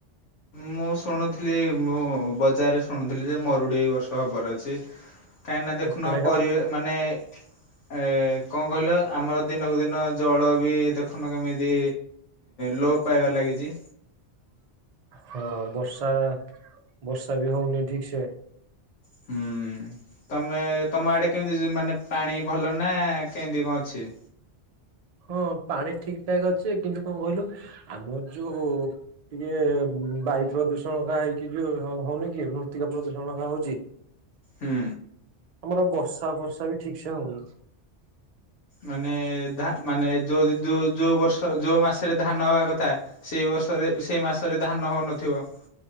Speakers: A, on the left; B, on the right.
A: ମୁଁ ଶୁଣୁଥିଲି ମୁଁ ବଜାରରେ ଶୁଣୁଥିଲି ଯେ ମରୁଡି ଏ ବର୍ଷ ହବାର ଅଛି। କାହିଁକିନା ଦେଖୁନ
B: ପେପର ଏକା
A: ପରିବ
B: ବା
A: ମାନେ ଏ- କଣ କହିଲ ଆମର ଦିନକୁ ଦିନ ଜଳ ବି ଦେଖୁନ କେମିତି ଲୋପ ପାଇବାର୍ ଲାଗି କେଜି।
B: ହଁ ବର୍ଷା ବର୍ଷା ବି ହଉନି ଠିକ୍ ସେ।
A: ହୁଁ। ତମେ ତମ ଆଡ଼େ କେମିତି ଜୁ ମାନେ ପାଣି ଭଲ ନା କେନ୍ତି କଣ ଅଛି?
B: ହଁ ପାଣି ଠିକ୍ ଠାକ୍ ଅଛି ଯେ କିନ୍ତୁ କଣ କହିଲୁ ଆମର ଯୋଉ ଟିକେ ବାୟୁପ୍ରଦୂଷଣ ହକା ହେଇକି ଯଉ ହଉନି କି ମୃତ୍ତିକାପ୍ରଦୂଷଣ ହକା ହଉଛି।
A: ହୁଁ।
B: ଆମର ବର୍ଷାଫର୍ଷା ବି ଠିକ୍ ସେ ହଉନି।
A: ମାନେ ଧା ମାନେ ଯୋଉ ଯୋଉ ଯୋଉ ବର୍ଷ ଯୋଉ ମାସେରେ ଧାନ ହବା କଥା ସେଇଵ ସରେ ସେ ମାସରେ ଧାନ ହଉନଥିବ।